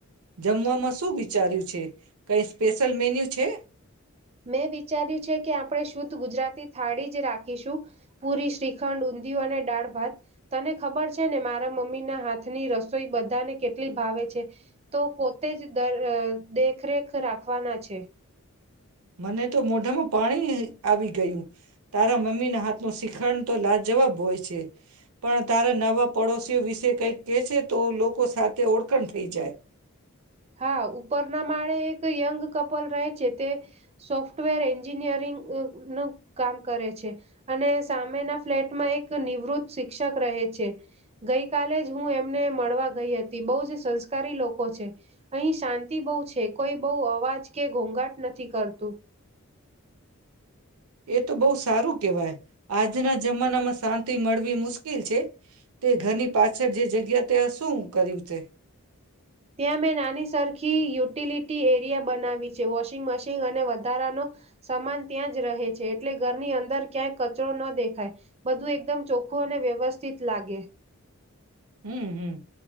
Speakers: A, on the right (about 85°); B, on the right (about 25°).
A: જમવામાં શું વિચાર્યું છે. કય સ્પેશિયલ મેન્યુ છે.
B: મેં વિચાર્યું છે કે આપણે શુદ્ધ ગુજરાતી થાળી જ રાખીશું પુરી શ્રીખંડ ઊંધિયું અને દાળ ભાત તને ખબર છે ને મારા મમ્મી ના હાથની રસોઈ બધાને કેટલી ભાવે છે તો પોતે જ દર અ દે દેખરેખ રાખવાના છે.
A: મને તો મોઢામાં પાણી આવી ગયું તારા મમ્મીના હાથનું શિખંડ તો લા જવાબ હોય છે પણ તારા નવા પડોશીઓ વિશે કંઈક કેહે છે તો લોકો સાથે ઓળખણ થઈ જાય.
B: હા ઉપરના માળે એક યંગ કપલ રહે છે તે સોફ્ટવેર એન્જિનિયરિંગનું કામ કરે છે અને સામેના ફ્લેટમાં એક નિવૃત શિક્ષક રહે છે ગઈકાલે જ હું એમને મળવા ગઈ હતી બહુ જ સંસ્કારી લોકો છે. અહીં શાંતિ બહુ છે કોઈ બહુ અવાજ કે ઘોઘાટ નથી કરતું.
A: એ તો બહુ સારું કેહેવાય આજના જમાનામાં શાંતિ મળવી મુશ્કેલ છે તે ઘરની પાછળ જે જગ્યા ત્યા શું કર્યું તે.
B: ત્યાં મેં નાની સરખી યુટિલિટી એરિયા બનાવી છે વોશિંગ મશીન અને વધારાનો સમાન ત્યાં જ રહે છે એટલે ઘરની અંદર ક્યાંય કચરો ન દેખાય બધું એકદમ ચોખ્ખું અને વ્યવસ્થિત લાગે.
A: હમ હમ.